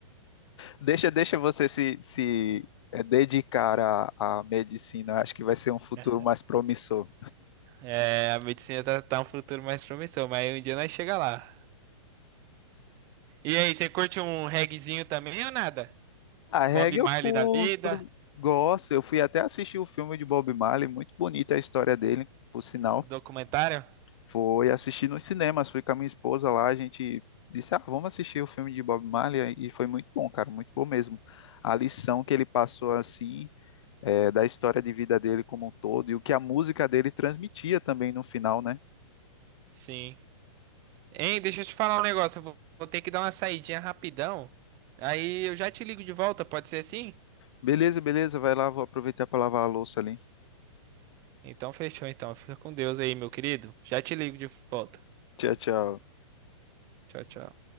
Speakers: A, on the left; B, on the right.
A: deixa, deixa você se, se é, dedicar à, à medicina, acho que vai ser um futuro
B: <laughs>
A: mais promissor.
B: É, a medicina tá, tá um futuro mais promissor, mas um dia nós chega lá. E aí, você curte um reguezinho também ou nada?
A: A reggae
B: Bob Marley
A: eu curto,
B: da vida?
A: gosto. Eu fui até assistir o filme de Bob Marley, muito bonita a história dele, por sinal.
B: O documentário?
A: Foi assistir nos cinemas, fui com a minha esposa lá, a gente disse, ah, vamos assistir o filme de Bob Marley, e foi muito bom, cara, muito bom mesmo. A lição que ele passou, assim, é, da história de vida dele como um todo, e o que a música dele transmitia também no final, né?
B: Sim. Hein, deixa eu te falar um negócio. Eu vou, vou ter que dar uma saidinha rapidão. Aí eu já te ligo de volta, pode ser assim?
A: Beleza, beleza, vai lá, vou aproveitar para lavar a louça ali.
B: Então fechou então. Fica com Deus aí, meu querido. Já te ligo de volta.
A: Tchau, tchau.
B: Tchau, tchau.